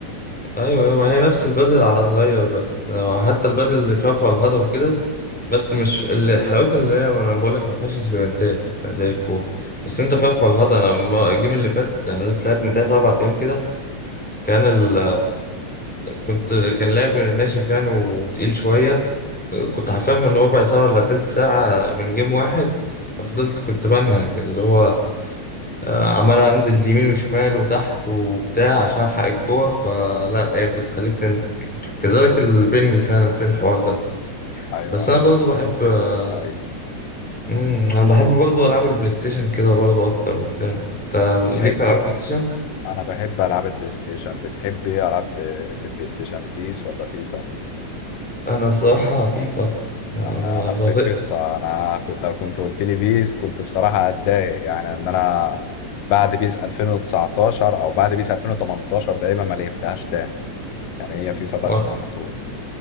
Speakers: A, in the centre; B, on the left.
A: أيوة أيوة ما هي نفس البدل على صغير بس حتى البدل اللي فيها فرهدة وكده بس مش اللي حلاوتها اللي هي أنا بقول لك ما فيهاش سبرنتات زي الكورة بس أنت فيها فرهدة أنا الم- الجيم اللي فات أنا لسه لعب من تلات أربع أيام كده كان ال كنت كان لعب ناشف يعني وتقيل شوية كنت حرفيا من ربع ساعة ولا تلت ساعة من جيم واحد فضلت كنت بنهج اللي هو آه، عمال انزل يمين وشمال وتحت وبتاع عشان الحق الكور فلا هي بتخليك تنزل كذلك البينج فعلا في الحوار ده
B: ايوه
A: بس انا
B: يعني
A: برضو
B: نفس
A: بحب
B: نفس
A: آه،
B: القصة ايوه
A: مم، انا بحب برضو العاب البلاي ستيشن كده برضو اكتر وبتاع انت
B: بحب
A: ليك في العاب بلاي ستيشن
B: انا بحب العاب البلاي ستيشن بتحب ايه العاب في في البلاي ستيشن بيس ولا فيفا
A: انا الصراحه فيفا اكتر أنا
B: أنا
A: ما
B: نفس
A: بطيق
B: القصة أنا كنت لو كنت قلت لي بيس كنت بصراحة هتضايق يعني إن أنا بعد بيس 2019 أو بعد بيس 2018 تقريبا ما لعبتهاش تاني يعني هي فيفا
A: و-
B: بس على طول